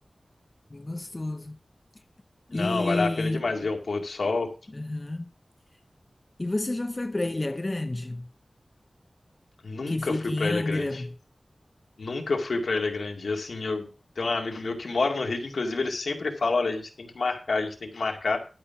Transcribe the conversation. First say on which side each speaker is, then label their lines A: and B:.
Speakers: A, on the left; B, on the left.
A: Bem gostoso.
B: Não,
A: E,
B: vale a pena demais ver um pôr do sol.
A: aham. E você já foi para Ilha Grande,
B: Nunca
A: que fica
B: fui
A: em
B: pra
A: Angra?
B: Ilha Grande. Nunca fui pra Ilha Grande. E, Assim, eu tenho um amigo meu que mora no Rio, que, inclusive ele sempre fala, olha, a gente tem que marcar, a gente tem que marcar,